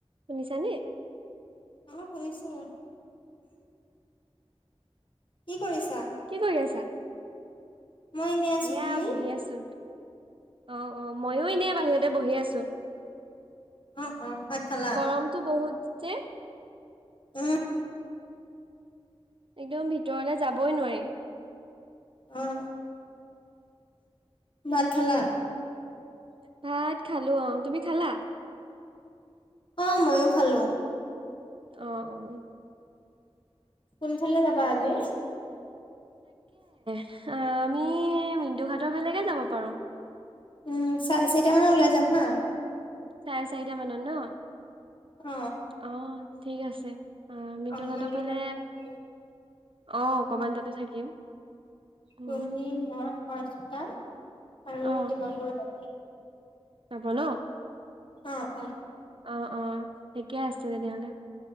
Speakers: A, on the right; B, on the left.
A: শুনিছানে।
B: অ শুনিছো। কি কৰিছা
A: কি কৰি আছা?
B: মই এনেই আছো
A: এয়া
B: তুমি।
A: বহি আছো অ অ মইো এনে বাহিৰতে বহি আছো।
B: অ। ভাত খালা
A: গৰমটো বহুত যে।
B: উম।
A: একদম ভিতৰলে যাবই নোৱাৰি।
B: অহ। ভাত
A: তাকে
B: খালা।
A: ভাত খালো অ তুমি খালা।
B: অ ময়ো খালো।
A: অহ অহ।
B: কোনফালে যাবা আজি।
A: আহ আমি মিন্দু ঘাটৰ ফালেকে যাব পাৰো।
B: উম চাই চাৰিটা মানত ওলাই যাম হা।
A: চাৰে চাৰিটা মানত ন
B: অ
A: অ ঠিক আছে। অ মিণ্টু
B: অকমান
A: ঘাটৰ
B: দেৰি
A: ফালে
B: তাতে থাকিম
A: অ অকমান তাতে থাকিম। উম
B: তুমি, মই, হৰ্চিতা আৰু
A: অ
B: দিবাংগও যাব।
A: যাব ন।
B: অ উম।
A: অ অ ঠিকে আছে তেনেহলে।